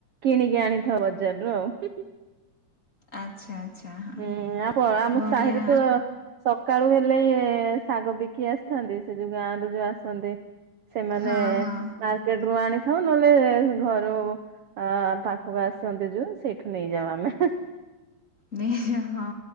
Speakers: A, on the right (about 65°); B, on the left (about 25°).
A: କିଣିକି ଆଣିଥାଉ ବଜାରରୁୁ ଆଉ
B: ଆଚ୍ଛା ଆଚ୍ଛା ହଁ
A: ହୁଁ ଆପ ଆମ
B: ବଢ଼ିଆ
A: ସାହିରେ ତ ସକାଳୁ ହେଲେ ଶାଗ ବିକି ଆସିଥାନ୍ତି ସେ ଯୋଉ ଗାଁ ରୁ ଯୋଉ ଆସନ୍ତି ସେମାନେ
B: ହଁ ହଁ।
A: ମାର୍କେଟ ରୁ ଆଣିଥାଉ ନହେଲେ ଘରୁ ଅ ପାଖକୁ ଆସନ୍ତି ଯୋଉ ସେଇଠୁ ନେଇଯାଉ ଆମେ
B: ନେଇଯାଉ ହଁ